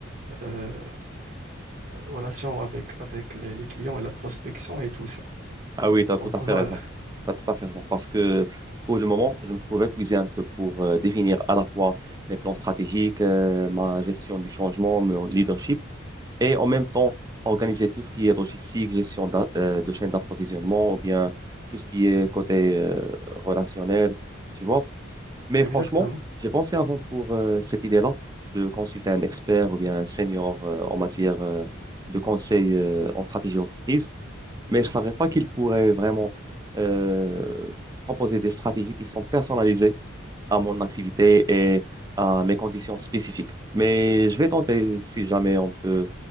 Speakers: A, on the right; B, on the right.
A: euh, relation avec, avec les, les clients et la prospection et tout ça.
B: Ah oui, tu as
A: Donc
B: tout à fait
A: voilà,
B: raison. Tu as tout à fait raison. Parce que pour le moment, je me trouve épuisé un peu pour euh, définir à la fois mes plans stratégiques, euh, ma gestion du changement, mon leadership, et en même temps organiser tout ce qui est logistique, gestion d'a- euh, de chaîne d'approvisionnement, ou bien tout ce qui est côté euh, relationnel, tu vois. Mais
A: <laughs> exactement.
B: franchement, j'ai pensé avant pour euh, cette idée-là de consulter un expert ou bien un senior euh, en matière euh, de conseil euh, en stratégie d'entreprise mais je savais pas qu'ils pourraient vraiment euh, proposer des stratégies qui sont personnalisées à mon activité et à mes conditions spécifiques. Mais je vais tenter si jamais on peut,